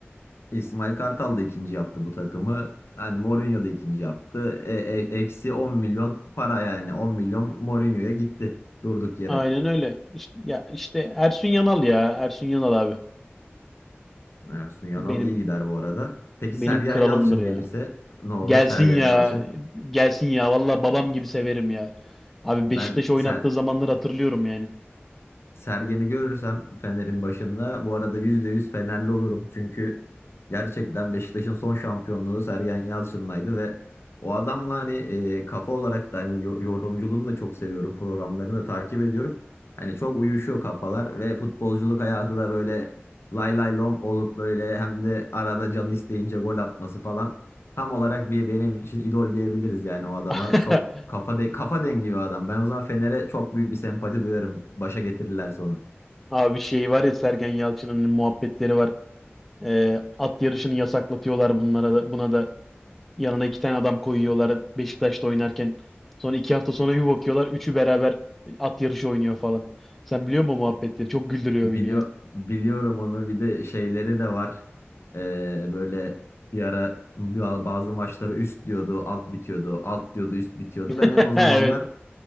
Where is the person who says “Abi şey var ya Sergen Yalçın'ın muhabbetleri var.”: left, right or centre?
Centre